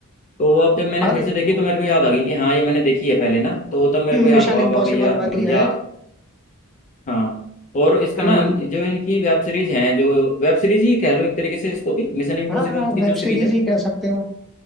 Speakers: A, on the left; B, in the centre.
A: तो अब जब मैंने
B: और
A: फिर से देखी तो मेरे को याद आ गई कि हाँ ये मैंने देखी है पहले ना तो तब मेरे को याद
B: मिशन
A: हुआ
B: इम्पॉसिबल
A: वाकई यार
B: वाली
A: बढ़िया
B: है
A: हाँ और इसका
B: अम,
A: ना जो इनकी वेब सीरीज है जो वेब सीरीज ही कह लो एक तरीके से इसको भी मिशन इम्पॉसिबल
B: हाँ
A: की
B: वेब
A: जो सीरीज
B: सीरीज
A: है
B: ही कह सकते हो